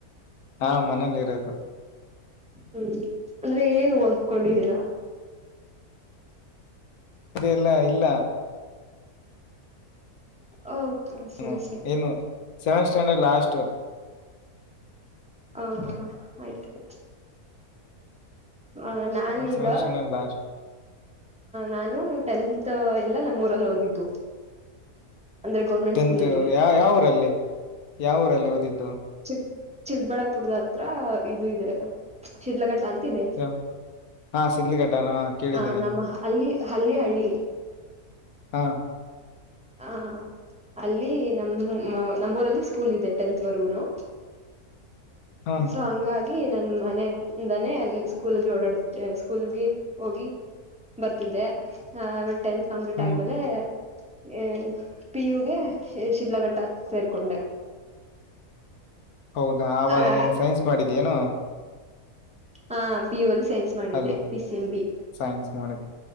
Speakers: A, on the left; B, in the centre.
A: ಹಾ ಮನೇಲಿ ಇರೋದು
B: ಹ್ಮ್ ಅಂದ್ರೆ ಏನ್ ಓದ್ಕೊಂಡಿದ್ದೀರಾ
A: ಅದೆಲ್ಲ ಇಲ್ಲ
B: ಓ ಸರಿ
A: ಏನು
B: ಸರಿ
A: ಏನು ಸೆವೆಂತ್ ಸ್ಟ್ಯಾಂಡರ್ಡ್ ಲಾಸ್ಟ್
B: ಹ ಆಯ್ತ ಆಯ್ತು ಹ ನಾನೀಗ
A: ಸೆವೆಂತ್ ಸ್ಟ್ಯಾಂಡರ್ಡ್ ಲಾಸ್ಟ್
B: ನಾನು ಟೆಂತ್ ಮತ್ತ ಎಲ್ಲಾ ನಮ್ಮೂರಲ್ಲಿ ಓದಿದ್ದು ಅಂದ್ರೆ ಗೌರ್ಮೆಂಟ್
A: ಟೆಂತ್
B: ಸ್ಕೂಲ್ ಅಲ್ಲಿ
A: ಯ ಯಾವ ಊರಲ್ಲಿ ಯಾವ ಊರಲ್ಲಿ ಓದಿದ್ದು
B: ಚಿಕ್ ಚಿಕ್ಕಬಳ್ಳಾಪುರದ ಹತ್ರ ಇದು ಇದೆ ಅ ಶಿಲಗ ಅಂತಿದೆ
A: ಯಾವ- ಹಾ ಸಿಡ್ಲಿಘಟ್ಟನ ಹಾ ಕೇಳಿದ್ದೇನೆ
B: ಹ ನಮ್ಮ ಅಲ್ಲಿ ಹಲ್ಲಿ ಹಳ್ಳಿ
A: ಹಾ
B: ಹಾ ಅಲ್ಲಿ ನಮ್ಮ ನಮ್ಮೂರಲ್ಲಿ ಸ್ಕೂಲ್ ಇದೆ ಟೆಂತ್ ವರೆಗೂನು
A: ಹ್ಮ್
B: ಸಂಗ ಅ ನನ್ ಮನೆಿಂದನೆ ಅಲ್ಲಿ ಸ್ಕೂಲ್ ಓಡಾಡ್ತಿದ್ದೆ ಸ್ಕೂಲ್ಗೆ ಹೋಗಿ ಬರ್ತಿದ್ದೆ ಆೇ ಟೆಂತ್ ಕಂಪ್ಲೀಟ್
A: ಹ್ಮ್
B: ಆದ್ಮೇಲೆ ಹ ಪಿಯುಗೆ ಶಿಲಘಟ್ಟ ಸೇರ್ಕೊಂಡೆ
A: ಹೌದಾ ಆವಾಗ
B: ಅದ
A: ನೀನು ಸೈನ್ಸ್ ಮಾಡಿದೀನುೋ
B: ಹಾ ಪೂಲ್ ಸೈನ್ ಮಾಡಿದ್ದೆ
A: ಅಲ್ಲೋ
B: ಪ ಸಿ ಎಂ ಬಿ
A: ಸೈನ್ಸ್ ಮಾಡಿದ್